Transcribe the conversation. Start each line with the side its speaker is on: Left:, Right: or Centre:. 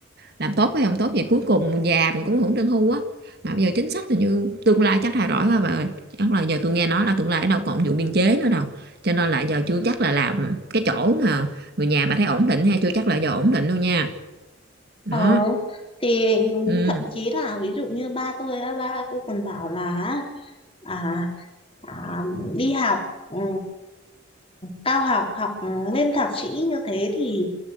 Right: làm tốt hay không tốt vậy cuối cùng mình già mình cũng hưởng lương hưu á mà bây giờ chính sách là như tương lai chắc thay đổi quá bà ơi chắc là giờ tôi nghe nói là tương lai ở đâu còn vụ biên chế nữa đâu cho nên là giờ chưa chắc là làm cái chỗ mà người nhà bà thấy ổn định hay chưa chắc là giờ ổn định đâu nha đó
Left: Ờ, thì
Right: ừ
Left: thậm chí là ví dụ như ba tôi á, ba tôi còn bảo là à, à, đi học ừm, cao học học lên thạc sĩ như thế thì